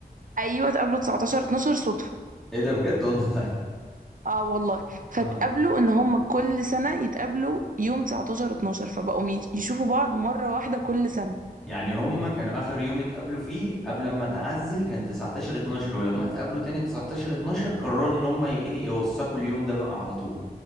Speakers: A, on the right; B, in the centre.
A: ايوه اتقابلوا 19 12 صدفه
B: ايه ده بجد والله
A: اه والله
B: <laughs>
A: فاتقابلوا
B: اه
A: ان هم كل سنه يتقابلوا يوم 19 12 فبقوا ي- يشوفوا بعض مره واحده كل سنه
B: يعني هم كانوا اخر يوم اتقابلوا فيه قبل ما اتعزل كان 19 12 ولما اتقابلوا تاني 19 12 قرروا ان هم ي- ايه يوثقوا اليوم ده بقى على طول